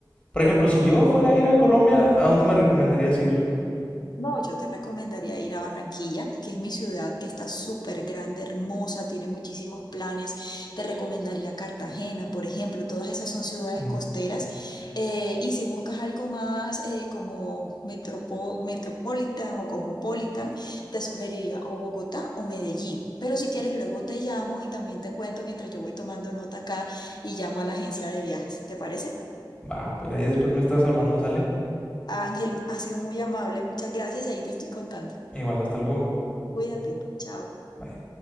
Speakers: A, on the left (about 15°); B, on the left (about 60°).
A: por ejemplo, si yo fuera a ir a Colombia, ¿a dónde me recomendarías ir?
B: No, yo te recomendaría ir a Barranquilla, que es mi ciudad, que está súper grande, hermosa, tiene muchísimos planes. Te recomendaría Cartagena, por ejemplo, todas esas son ciudades
A: Mm,
B: costeras. Eh, y si buscas algo más eh, como metropo- metropolitan o cosmopolitan, te sugeriría o Bogotá o Medellín. Pero si quieres, luego te llamo y también te cuento mientras yo voy tomando nota acá y llamo a la agencia de viajes. ¿Te parece?
A: Va, mm, pues ahí después me estás hablando, ¿sale?
B: Ángel, ha sido muy amable, muchas gracias y ahí te estoy contando.
A: Igual, hasta luego.
B: Cuídate, chao.
A: Bye.